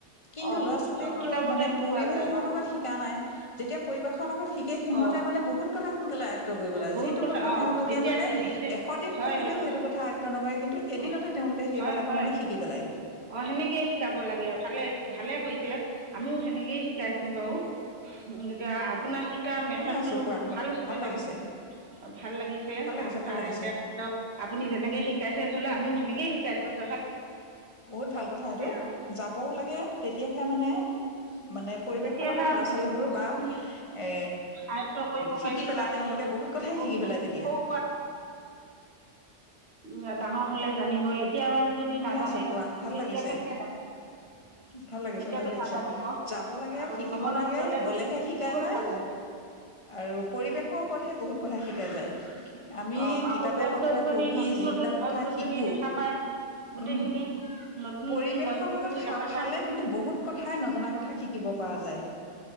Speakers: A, on the left (about 30°); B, on the right (about 65°).
A: কিন্তু
B: অঁ
A: ল'ৰা ছোৱালীয়েতো
B: অঁ কিতাপতে
A: মানে
B: পোৱা
A: পৰিৱেশৰ
B: যায় বাৰু
A: লগত শিকা নাই যেতিয়া পৰিৱেশৰ লগত ঠিক সহঁতে
B: অঁ
A: মানে বহুত কথা সোনকালে আয়ত কৰি পেলায়
B: বহুত
A: যিটো কথা
B: অঁ
A: তেওঁলোকে
B: তেতিয়া
A: মানে
B: নিজে
A: এশ দিন
B: হয়
A: পঢ়ালেও
B: সেইবা
A: সেইটো কথা আয়ত্ব নকৰে কিন্তু এদিনতে
B: অঁ
A: তেওঁলোকে সেই
B: হয়
A: কথাটো
B: হয়
A: মানে শিকি পেলায়
B: অ সেনেকেই শিকাব লাগে ভালে ভালে কৰিছে আমিও সেনেকেই শিকাইছো বাৰু এতিয়া আপোনাক শ তাৰ মেথড
A: শুনি আছো
B: টো
A: কোৱা কোৱা
B: ভাল হৈছে
A: লাগিছে
B: বাৰু ভাল লাগিছে
A: ভাল লাগিছে
B: আপ
A: ভাল লাগিছে
B: এতিয়া পিছত আপুনি যেনেকে শিকাইছে ধৰি লও আমিও সেনেকে শ শিকে <unintelligible>
A: বহুত ভাল কথা এইটো
B: আৰু
A: যাবও লাগে তেতিয়াহে মানে মানে পৰিৱেশৰ
B: তেতিয়াহে
A: লগত ল'ৰা ছোৱালীবোৰ
B: বস্তুখিনি
A: বা এ
B: আয়ত্ব কৰিব
A: শিকি
B: পাৰিব
A: পেলাই
B: ল'ৰা
A: তেওঁলোকে
B: ছোৱালী
A: বহুত কথাই
B: সৰু
A: শিকি পেলাই তেতিয়া
B: সৰুৰ উ ডাঙৰ হলে জানিব কেতিয়াই যদি
A: শুনি
B: নাজানে
A: আছো কোৱা ভাল
B: তেতিয়া
A: লাগিছে
B: কেনেকে জানিব
A: ভাল লাগিছে
B: তেতিয়াতো
A: ভাল লাগিছে
B: নাজানিব
A: যাব লাগে
B: আৰু
A: শিকিব
B: ভ্ৰমণত
A: লাগে
B: গলে
A: গলেহে শিকা
B: বহুত
A: যায়
B: ভাল লাগে
A: আৰু পৰিবেশৰ ৰততহে বহুত কথা শিকা যায় আমি
B: অ আকৌ
A: কিতাপে
B: গছ
A: পত্ৰই
B: গছনি
A: পঢ়ি
B: নতুন
A: যিবিলাক
B: নতুন গছ
A: কথা
B: গছনি
A: শিকো
B: দেখা পায় গোটেইখিনি
A: উম
B: নতুন
A: পৰিৱেশৰ
B: নতুন গছ গছনি
A: লগত সাপ
B: দেখা
A: খালে
B: পায়
A: কিন্তু বহুত কথাই নজনা কথা শিকিব ক পৰা যায়